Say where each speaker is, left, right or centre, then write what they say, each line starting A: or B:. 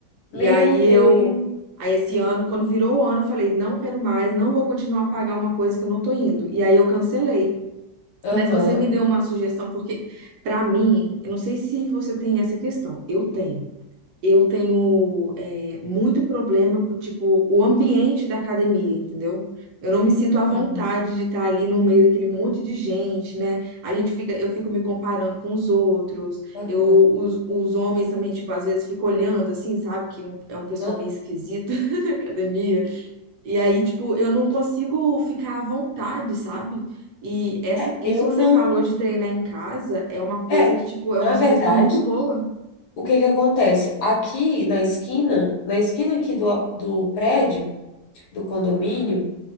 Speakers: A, on the left (about 70°); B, on the right (about 70°).
A: Meu
B: E aí
A: Deus,
B: eu, aí esse ano, quando virou o ano, eu falei, não quero mais, não vou continuar a pagar uma coisa que eu não tô indo. E aí eu cancelei.
A: aham,
B: Mas você me deu uma sugestão, porque pra mim, eu não sei se você tem essa questão, eu tenho. Eu tenho é, muito problema com, tipo, o ambiente da academia, entendeu? Eu não me sinto à vontade
A: aham,
B: de estar ali no meio daquele monte de gente, né? A gente fica, eu fico me comparando com os outros.
A: aham,
B: Eu, os, os homens também, tipo, às vezes fico olhando assim, sabe? Que um- é um pessoal
A: aham.
B: meio esquisito <laughs> na academia. E aí, tipo, eu não consigo ficar à vontade, sabe? E essa,
A: É,
B: isso
A: eu
B: que
A: não,
B: você falou de treinar em casa é uma coisa
A: é,
B: que, tipo, é
A: na
B: uma sugestão
A: verdade.
B: muito boa.
A: O que que acontece? Aqui na esquina, na esquina aqui do, a- do prédio, do condomínio,